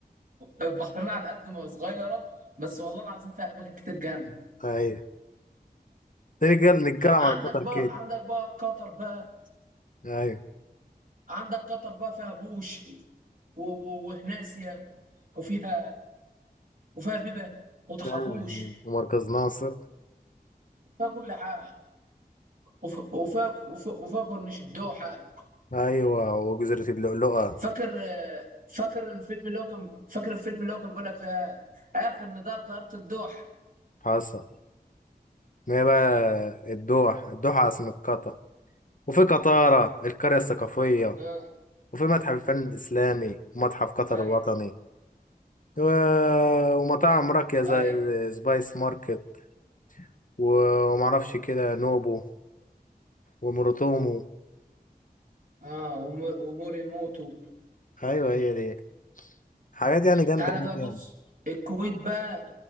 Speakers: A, on the right; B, on the left.
A: البحرين على قد ما صغيرة بس والله العظيم فيها أماكن كتير جامدة
B: ايوه تاني كده نتكلم على
A: عندك
B: قطر
A: بقى
B: كده
A: عندك بقى قطر بقى
B: ايوه
A: عندك قطر بقى فيها بوش و- و- وهناسيا وفيها وفيها بيبة وطحبوش
B: أيوة. ومركز ناصر
A: وفيها كل حاجة وف... وف... وف... وفاكر مش الدوحة
B: ايوه وجزيرة اللؤلؤة
A: فاكر فاكر الفيلم اللي هو كان فاكر الفيلم اللي هو كان بيقول لك فيها آخر نضال طيارة الدوحة
B: حصل ما هي بقى الدوح الدوحة عاصمة قطر وفي قطارة القرية الثقافية
A: آه
B: وفي متحف الفن الإسلامي ومتحف قطر
A: أي
B: الوطني و- ومطاعم راقية زي
A: أي
B: سبايس ماركت ومعرفش كده نوبو ومروتومو
A: آه وم- ومور يموتوا
B: أيوة هي دي حاجات يعني جامدة
A: تعالى
B: هناك
A: بقى
B: يعني
A: بص الكويت بقى